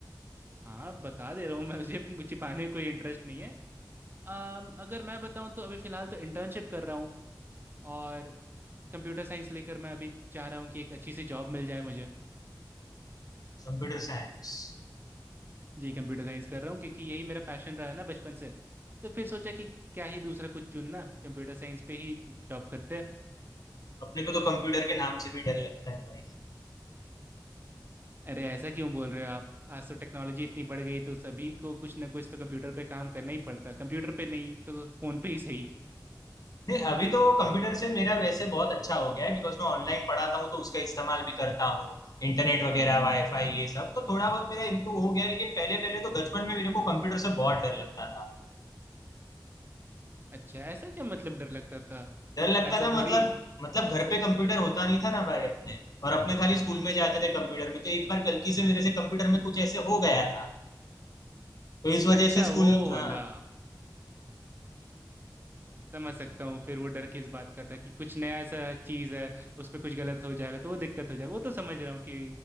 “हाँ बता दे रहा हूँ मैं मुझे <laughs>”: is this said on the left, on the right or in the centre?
Right